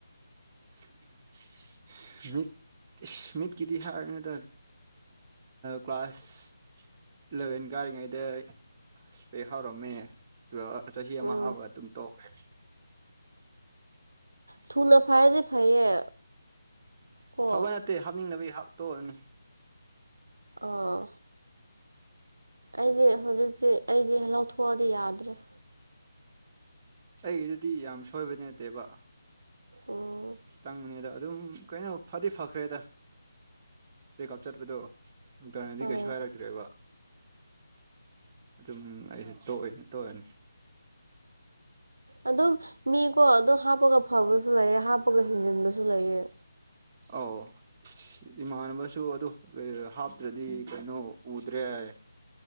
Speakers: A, on the right (about 20°); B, on the right (about 80°).
A: <inaudible> ꯃꯤꯠ ꯃꯤꯠꯀꯤꯗꯤ ꯍꯥꯏꯔꯤꯗ ꯀ꯭ꯂꯥꯁ ꯏꯂꯚꯦꯟ ꯀꯥꯔꯤꯉꯩꯗꯄꯦꯛ ꯍꯧꯥꯎꯔꯝꯃꯦ ꯇꯨꯋꯦꯜ ꯆꯍꯤ ꯑꯃ
B: ꯎꯝ
A: ꯍꯥꯞꯕꯒ ꯑꯗꯨꯝ ꯇꯧꯈꯦ
B: ꯊꯨꯅ ꯐꯥꯏꯗꯤ ꯐꯩꯌꯦ ꯀꯣ
A: ꯐꯕ ꯅꯠꯇꯦ ꯍꯥꯞꯅꯤꯡꯗꯅꯕꯒꯤ ꯍꯥꯞ ꯇꯣꯛꯔꯅꯤ
B: ꯑꯥ ꯑꯩꯗꯤ ꯍꯧꯖꯤꯛꯇꯤ ꯑꯩꯗꯤ ꯂꯧꯊꯣꯛꯑꯗꯤ ꯌꯥꯗ꯭ꯔꯦ
A: ꯑꯩ ꯑꯗꯨꯗꯤ ꯌꯥꯝ ꯁꯣꯏꯕꯗꯤ ꯅꯠꯇꯦꯕ
B: ꯎꯝ
A: ꯈꯤꯇꯪꯅꯤꯗ ꯑꯗꯨꯝ ꯀꯩꯅꯣ ꯐꯗꯤ ꯐꯈ꯭ꯔꯦꯗ ꯆ ꯀꯥꯞ ꯆꯠꯄꯗꯣ ꯅꯨꯡꯇꯔꯅꯤꯗꯤ
B: ꯍꯣꯏ
A: ꯀꯩꯁꯨ ꯍꯥꯏꯔꯛꯇ꯭ꯔꯦꯕ ꯑꯗꯨꯝ ꯑꯩꯁꯨ ꯇꯣꯛꯑꯣꯏꯅ ꯇꯣꯛꯑꯅꯤ
B: ꯑꯗꯨꯝ ꯃꯤꯀꯣ ꯑꯗꯨꯝ ꯍꯥꯞꯄꯒ ꯐꯕꯁꯨ ꯂꯩꯑ ꯍꯥꯞꯄꯒ ꯍꯤꯡꯖꯤꯟꯕꯁꯨ ꯂꯩꯑ
A: ꯑꯧ ꯏꯃꯥꯟꯅꯕꯁꯨ ꯑꯗꯨ ꯍꯥꯞꯇ꯭ꯔꯗꯤ ꯀꯩꯅꯣ ꯎꯗ꯭ꯔꯦ ꯌꯥ꯫